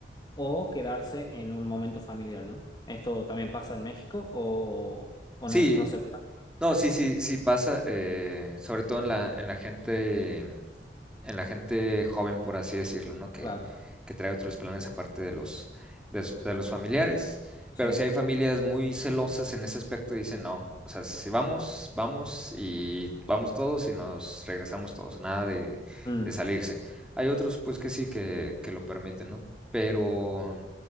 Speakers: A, on the left; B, in the centre.
A: o quedarse en un momento familiar, ¿no? ¿Esto también pasa en México o, o
B: Sí,
A: no, es- no se ve tanto?
B: no, sí, sí, sí pasa, eh, sobre todo en la, en la gente, en la gente joven, por así decirlo, ¿no? Que,
A: Claro,
B: que trae otros planes aparte de los, de, su- de los familiares.
A: sí.
B: Pero si hay familias muy celosas en ese aspecto, dicen no, o sea, si vamos, vamos y vamos todos y nos regresamos todos, nada de,
A: Mm,
B: de salirse. Hay otros, pues que sí, que, que lo permiten, ¿no? Pero